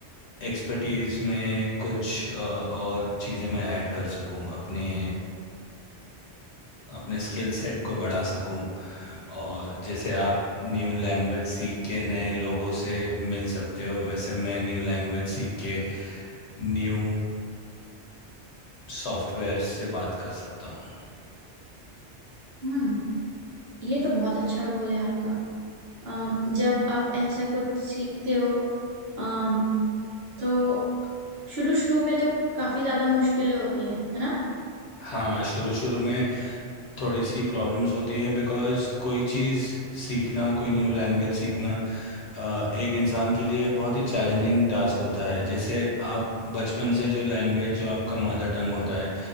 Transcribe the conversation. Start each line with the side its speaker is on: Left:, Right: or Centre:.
Left: एक्सपर्टीज में कुछ अ, और चीज़ें मैं ऐड कर सकूँ अपने अपने स्किल सेट को बढ़ा सकूं और जैसे आप न्यू लैंग्वेज सीख के नए लोगों से मिल सकते हो वैसे मैं न्यू लैंग्वेज सीख के न्यू सॉफ्टवेयर से बात कर सकता हूँ
Right: हम्म ये तो बहुत अच्छा गोल है आपका अम, जब आप ऐसा कुछ सीखते हो अम, तो शुरू शुरू में तो काफी ज्यादा मुश्किलें होती हैं है ना
Left: हाँ शुरू शुरू में थोड़ी सी प्रॉब्लम्स होती है बिकॉज कोई चीज़ सीखना कोई न्यू लैंग्वेज सीखना अ, एक इंसान के लिए बहुत ही चैलेंजिंग टास्क होता है जैसे आप बचपन से जो लैंग्वेज जो आपका मदर टंग होता है